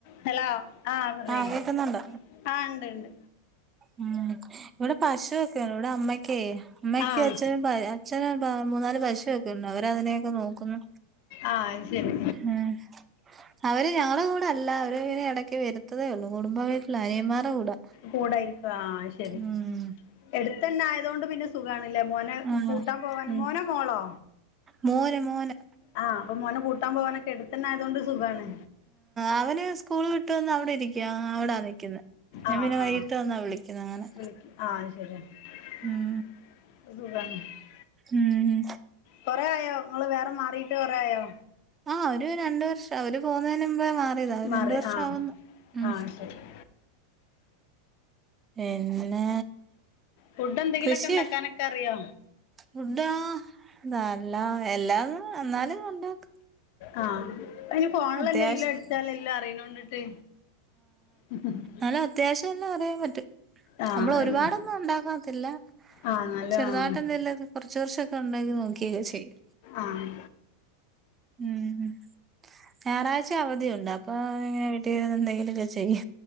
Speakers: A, on the left (about 55°); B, on the right (about 25°).
A: ഹലോ ആപറയ്
B: ആഹ് കേക്കുന്നുണ്ട്
A: ആ ഉണ്ട് ഉണ്ട്
B: ഉ ഇവിടെ പശുക്കെയാണ് ഇവിടെ അമ്മയ്ക്ക അമ്മക്ക്
A: ആഹ്
B: അച്ഛനും പ ചെല ബ മൂന്നാല് പശുവൊക്കെ ഉണ്ട് അവരതിനെയൊക്കെ നോക്കുന്നു
A: ആഹ് അയിശരി
B: ഉം അവര് ഞങ്ങടെ കൂടെ അല്ല അവര് ഇങ്ങനെ ഇടയ്ക്ക് വരുത്തതേ ഉള്ളൂ കുടുംബ വീട്ടില അനിയന്മാരുടെ കൂടാ
A: കൂടായിരിക്കും ആ ശരി
B: ഉം
A: എടുത്തന്നാ ആയതൊണ്ട് പിന്നെ സുഖാണല്ലേ മോനെ
B: ആഹ്
A: കൂട്ടാൻ പോവാൻ
B: ഉം
A: മോനോ മോളോ
B: മോന് മോന്
A: ആഹ് അപ്പം മോന കൂട്ടാൻ പോവാനൊക്കെ എടുത്തന്ന ആയതൊണ്ട് സുഖാണ്
B: ആവന് സ്കൂള് വിട്ടു വന്ന് അവിടെ ഇരിക്കയാ അവിടാ നിക്കുന്നേ ഞാൻ
A: ആഹ്
B: പിന്നെ വൈകിട്ട്
A: ആഹ്
B: വന്നാ വിളിക്കുന്നേ അങ്ങനെ
A: വിളിക്ക് ആഹ് ശരിയ <unintelligible>
B: ഉം ഉം
A: കൊറേആയോ ഇങ്ങൾ വേറെ മാറിട്ട് കൊറേആയോ
B: ആ ഒരു രണ്ട് വർഷം അവര് പൊന്നേന്മ്പേ മാറിയതാ അവര്
A: മാറി
B: രണ്ട് വർഷ
A: ആഹ്
B: ആവുന്നു ഉം
A: ആഹ് ശരി <unintelligible>
B: പിന്നെ
A: ഫുഡ് എന്തെങ്കിലൊക്കെ
B: കൃഷി
A: ഉണ്ടാക്കാനൊക്കെ അറിയോ
B: ഫുഡാ നല്ല എല്ലാം എന്നാലു ഉണ്ടാക്കു
A: ആഹ് അയിന് ഫോണിലെല്ലേ
B: അത്യാവശ്യം
A: ഇല്ലേ അടിച്ചാല് എല്ലാ അറിയണോണ്ടിട്ട് <unintelligible>
B: അല്ലോ അത്യാവശ്യം എല്ലാം അറിയാൻ പറ്റും
A: ആഹ്
B: അമ്മൾ
A: അതന്നെ
B: ഒരുപാടൊന്നും ഉണ്ടാക്കാത്തില്ല
A: ആഹ് നല്ല
B: ചെറുതായിട്ട
A: ആഹ്
B: എന്തല്ലത് കുറച്ച് വർഷൊക്കെ ഉണ്ടാക്കി നോക്കിയൊക്കെ ചെയ്യും
A: ആഹ്
B: ഉംഉം ഞായറാഴ്ച അവധിയുണ്ട് അപ്പൊ ഇങ്ങനെ വീട്ടീ എന്തെങ്കിലൊക്കെ ചെയ്യു